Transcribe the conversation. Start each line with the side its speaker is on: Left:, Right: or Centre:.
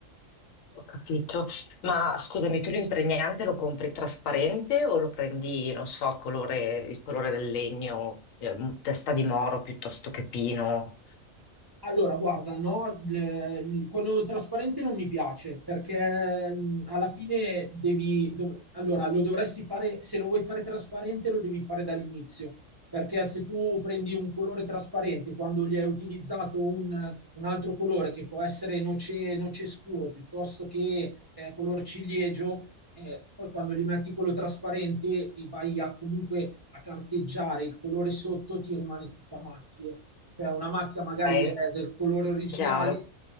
Left: Ho capito. Ma scusami, tu l'impregnante lo compri trasparente o lo prendi, non so, colore, il colore del legno, eh, testa di moro piuttosto che pino?
Right: Allora, guarda, no, l- l- quello trasparente non mi piace perché mh, alla fine devi, dov- allora, lo dovresti fare, se lo vuoi fare trasparente lo devi fare dall'inizio, perché se tu prendi un colore trasparente quando gli hai utilizzato un, un altro colore che può essere noce, noce scuro piuttosto che eh, color ciliegio, eh, poi quando gli metti quello trasparente e vai a comunque a carteggiare il colore sotto ti rimane tutto a macchie cioè una macchia magari
Left: Ok,
Right: è del colore originale
Left: chiaro.